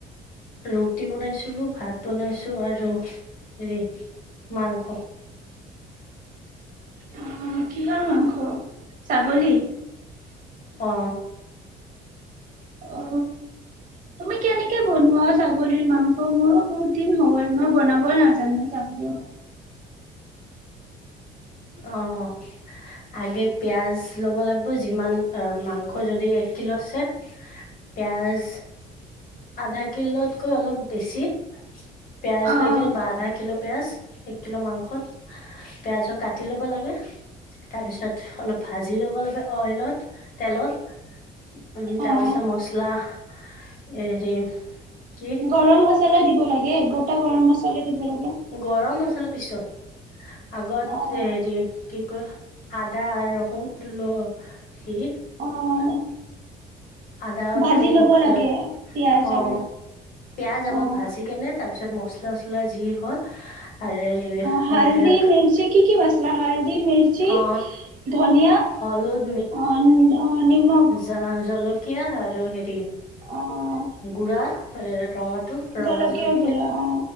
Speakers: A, on the left; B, on the right.
A: ৰুটি বনাইছিলো, ভাত বনাইছো আৰু হেৰি মাংস।
B: অহ কিহৰ মাংস? ছাগলী?
A: অ।
B: অ তুমি কেনেকে বনোৱা ছাগলীৰ মাংস? মোৰো বহুত দিন হ'ল মই বনাবই নাজানো ছাগলী।
A: অহ আগে পিয়াজ ল'ব লাগিব যিমান মাংস যদি এক কিলো আছে পিয়াঁজ আধা কিলোতকৈ অলপ বেছি পিয়াঁজ
B: অহ
A: লৈ কিনে বা আধা কিলো পিঁয়াজ এক কিলো মাংসত। পিয়াঁজ কাটি ল'ব লাগে তাৰপিছত অলপ ভাজি ল'ব লাগে অইলত তেলত। উমঁ' তাৰপিছত
B: অহ
A: মছলা হেৰি কি
B: গৰম মছলা দিব লাগে, গোটা গৰম মছলা দিব লাগে।
A: গৰম মছলাৰ পিছত, আগত
B: অহ
A: হেৰি কি কয় আদা আৰু ৰহুন লৈ কি
B: অহ
A: আদা আৰু
B: ভাজি ল'ব
A: ৰহুন,
B: লাগে পিয়াজ
A: অঁ'।
B: আৰু
A: পিয়াঁজ আগত
B: অহ
A: ভাজি কেনে তাৰপিছত মছলা-চছলা যি হয় আৰু
B: হালদি
A: এইবিলাক
B: মিৰ্চি কি কি মছলা হালদি, মিৰ্চি,
A: অ
B: ধনিয়া
A: হলুদ
B: অঁ অঁ' নিমখ।
A: জ-জলকীয়া আৰু হেৰি
B: অহ
A: গুড়া, ৰঙা টো
B: জলকীয়াৰ
A: ৰঙা জলকীয়া
B: গুৰা অ